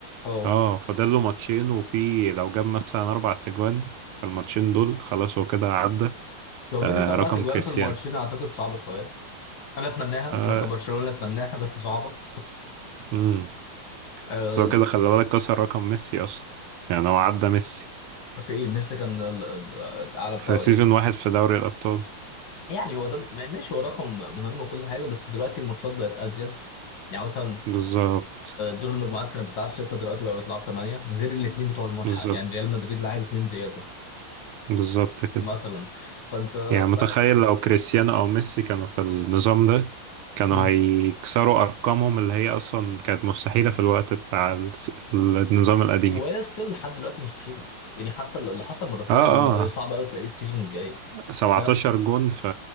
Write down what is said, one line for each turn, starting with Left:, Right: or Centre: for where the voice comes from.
Left: اه
Right: اه فاضل له ماتشين وفي لو جاب مثلا أربع تجوان فالماتشين دول خلاص هو كده عدى
Left: لو
Right: آه
Left: فكره اربع
Right: رقم
Left: تجوان
Right: كريستيانو
Left: في الماتشين اعتقد صعبه شويه انا اتمناها
Right: آه
Left: انا كبرشلونه اتمناها بس صعبه
Right: مم.
Left: آه
Right: بس هو كده خلي بالك كسر رقم ميسي أصلا يعني هو عدى ميسي
Left: في ايه ميسي كان ال- ال- الاعلى
Right: في
Left: بتاعه
Right: سيزون
Left: ايه
Right: واحد في دوري الأبطال
Left: يعني هو ده ماشي هو رقم مهم وكل حاجه بس دلوقتي الماتشات بقت ازيد يعني مثلا
Right: بالظبط
Left: دور المجموعات كانت بتلعب سته دلوقتي بقى بتلعب ثمانيه غير الاثنين بتوع الملحق
Right: بالظبط
Left: يعني ريال مدريد لاعب اثنين زياده
Right: بالظبط كده
Left: مثلا فانت
Right: يعني متخيل
Left: بقى
Right: لو كريستيانو او ميسي كانوا في النظام ده كانوا
Left: مم.
Right: هيكسروا ارقامهم اللي هي اصلا كانت مستحيلة في الوقت بتاع الس- النظام القديم
Left: وهي ستيل لحد دلوقتي مستحيله يعني حتى اللي حصل من رافينيا
Right: اه اه
Left: لما صعب قوي تلاقيه السيزون الجاي
Right: 17
Left: لا
Right: جون في